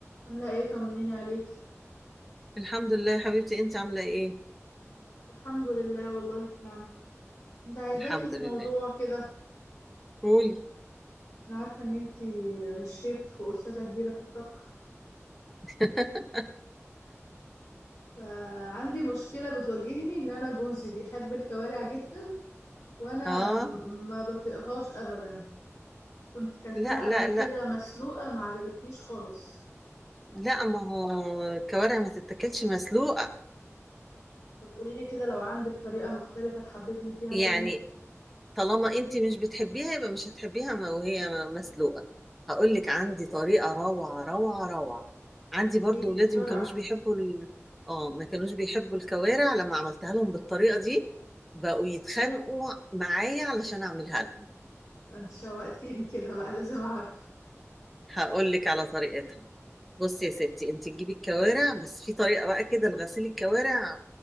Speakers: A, on the left; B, in the centre.
A: عاملة ايه طمنيني عليك
B: الحمد لله حبيبتي انت عامله ايه
A: الحمد لله والله في نعمة انت عايزاكي
B: الحمد
A: في
B: لله
A: موضوع كده
B: قولي
A: انا عارفة ان انتي شيف واستاذة كبيرة في الطبخ
B: <laughs>
A: فعندي مشكلة بتواجهني ان انا جوزي بيحب الكوارع جدا وانا
B: اه
A: م- ما بطيقهاش ابدا كنت كلتها
B: لا لا
A: قبل كده
B: لا
A: مسلوقة ما عجبتنيش خالص
B: لا ما هو الكوارع ما تتاكلش مسلوقه
A: طب قوليلي كده لو عندك طريقة مختلفة تحببني فيها
B: يعني
A: تاني
B: طالما انت مش بتحبيها يبقى مش هتحبيها ما- وهي مسلوقه هقول لك عندي طريقه روعه روعه روعه عندي
A: قوليلي
B: برضو ولادي
A: بسرعة
B: ما كانوش بيحبوا ال... اه ما كانوش بيحبوا الكوارع لما عملتها لهم بالطريقه دي بقوا يتخانقوا معايا علشان اعملها لهم
A: ده انت شوقتيني كده بقى لازم اعرف
B: هقول لك على طريقتها بصي يا ستي انت تجيبي الكوارع بس في طريقه بقى كده لغسيل الكوارع